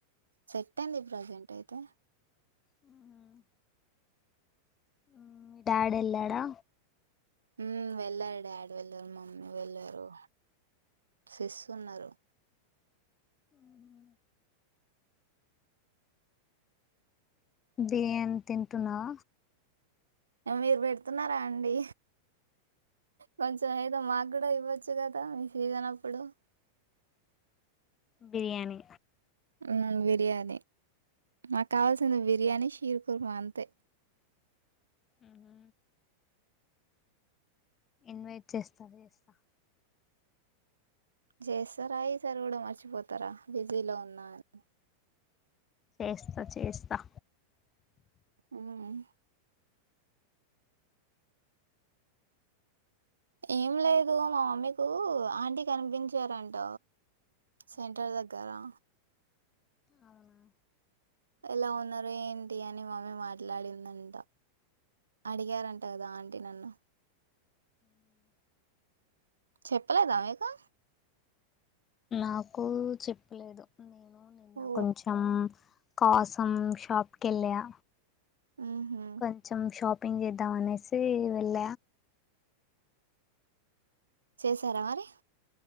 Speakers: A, on the right; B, on the left.
A: సెట్ అయింది ప్రెజెంట్ అయితే
B: హ్మ్ మ్మ్ మీ డాడీ వెళ్ళాడా
A: మ్మ్ వెళ్ళారు డాడీ వెళ్ళారు మమ్మీ వెళ్ళరు సెస్ ఉన్నారు
B: హ్మ్ బిర్యానీ తింటున్నావ
A: ఆ మీరు పెడుతున్నారా అండి కొంచెం ఏదో మాకు ఇవ్వచ్చు కదా మీ సీజన్ అప్పుడు
B: బిర్యానీ
A: హ్మ్ బిర్యానీ నాకు కావాల్సింది బిర్యానీ శీర్ కుర్మ అంతే
B: హ్మ్ హు ఇన్వైట్ చేస్తావా చేస్తా
A: చేస్తారా ఈ సారు కూడా మర్చిపోతారా బిజీలో ఉన్న అని
B: చేస్తా చేస్తా
A: హ్మ్ ఏం లేదు మా మమ్మీకు ఆంటీ కనిపించారంట సెంటర్ దగ్గరా
B: అవునా
A: ఎలా ఉన్నారో ఏంటి అని మమ్మీ మాట్లాడిందంట అడిగారంట కదా ఆంటీ నన్ను చెప్పలేదా మీకు
B: నాకు చెప్పీలేదు నిన్న
A: ఓ
B: కొంచెం కాసం షాప్ కెళ్ళియా
A: ఊహు
B: కొంచెం షాప్ పి చేేద్దా అనేసి వెళ్ళ
A: చేసారా మరి